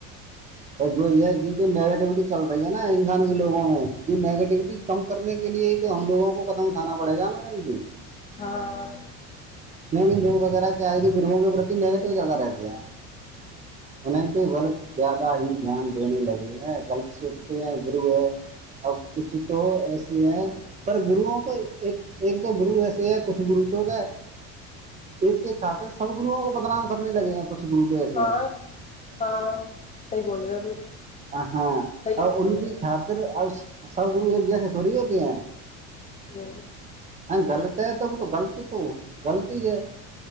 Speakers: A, on the right (about 20°); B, on the left (about 20°).
A: ب وہی ہے یہ تو نیگیٹیوٹی چل رہی ہے نا انسان کے لوگوں میں <unintelligible> جی نگیٹیوٹی کم کرنے کے لیے تو ہم لوگوں کو قدم اٹھانا پڑے گا میڈم جی
B: ہاں
A: یہ بھی لوگ وغیرہ کیا آئے کہ گروہوں کے پرتی نیگیٹو زیادہ رہتے ہیں
B: ہوں
A: انہیں تو غلط زیادہ ہی دھیان دینے لگے ہیں غلط سوچتے ہیں گرو ہے اب کچھ تو ایسے ہیں پر گروؤوں کو ایک ایک تو گرو ایسے ہے کچھ گرو تو کا ایک ایک خطر سب گروؤں کو بدنام کرنے لگے ہیں کچھ گرو تو ایسے
B: ہاں
A: ہیں
B: ہاں صحیح بولے گا بالکل
A: ہاں
B: صحیح
A: ا
B: فرما
A: ان
B: رہے
A: کی خاطر اب سو گرو ایک جیسے تھوڑی ہوتی ہیں
B: جی
A: غلط ہے تب تو غلط تو غلط ہی ہے